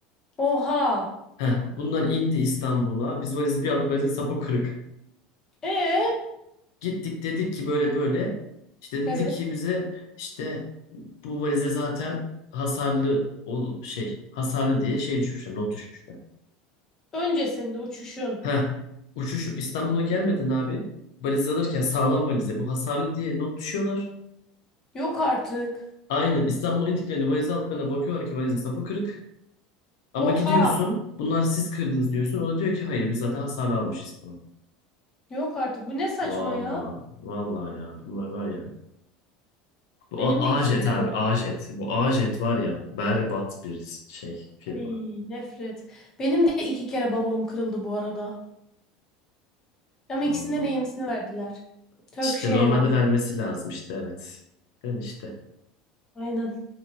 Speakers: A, on the left; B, on the left.
A: Oha.
B: Heh, bunlar indi İstanbul'a. Biz valizi bir aldık valizin sapı kırık.
A: Ee.
B: Gittik dedik ki böyle böyle. İşte dedik
A: Evet.
B: ki bize işte bu valize zaten hasarlı ol şey hasarlı diye şey düşmüşler not düşmüşler.
A: Öncesinde uçuşun.
B: Heh, uçuş İstanbul'a gelmeden abi valizi alırken sağlam valize bu hasarlı diye not düşüyorlar.
A: Yok artık.
B: Aynen İstanbul'a indiklerini valizi aldıklarına bakıyorlar ki valizin sapı kırık.
A: Oha.
B: Ama gidiyorsun bunlar siz kırdınız diyorsun. O da diyor ki hayır biz zaten hasarlı almışız falan.
A: Yok artık. Bu ne saçma
B: Valla,
A: ya?
B: valla ya bunlar var ya. Bu
A: Benim
B: A-
A: de iki
B: Ajet
A: kere
B: abi
A: bavulum.
B: Ajet. Bu Ajet var ya berbat bir şey firma.
A: Ay, nefret. Benim de iki kere bavulum kırıldı bu arada. Ama
B: Allah.
A: ikisinde de yenisini verdiler. Turkish
B: İşte
A: Airlines.
B: normalde vermesi lazım işte evet. Ben işte.
A: Aynen.